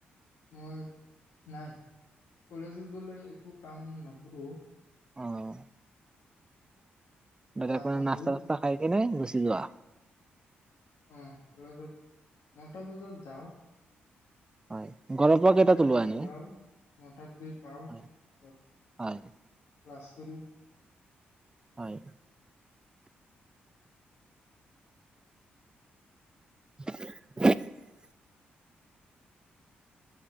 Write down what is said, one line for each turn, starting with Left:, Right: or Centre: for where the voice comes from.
Left: মই, নাই। কলেজত গ'লে একো কাম নকৰোঁ
Right: অহ। <unintelligible>
Left: গা পা
Right: নাস্তা
Left: ধুই
Right: চাষ্টা খাই। এনেই গুচি যোৱা।
Left: অ কলেজত নটা বজাত যাও।
Right: হয়। ঘৰৰ পৰা কেইটাত
Left: চাৰে আঠটাত
Right: ওলোৱা এনে
Left: উলাও। নটাত গৈ পাওঁ। পিছত,
Right: হয় হয়
Left: ক্লাছ কৰোঁ।
Right: হয়। <inaudible>